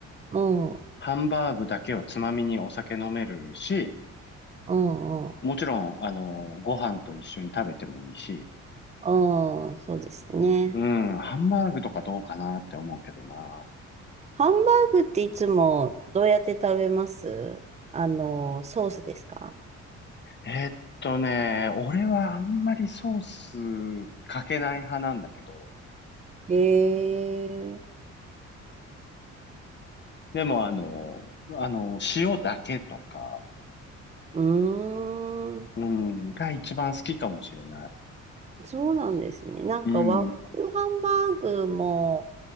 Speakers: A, on the right; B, on the left.
A: うん、う
B: ハンバーグだけをつまみにお酒飲めるし、
A: ん、うん、
B: もちろん、あの、ご飯と一緒に食べてもいいし、
A: うん、そうですね。
B: うん、ハンバーグとかどうかなって思うけどな。
A: ハンバーグっていつもどうやって食べますあの、ソースですか
B: えーっとね、俺はあんまりソースかけない派なんだけど、
A: へえ、
B: でもあの、あの、塩だけとか、
A: うーん、
B: うん、が一番好きかもしれない。
A: そうなんですね。なんか和風ハンバーグも
B: うん、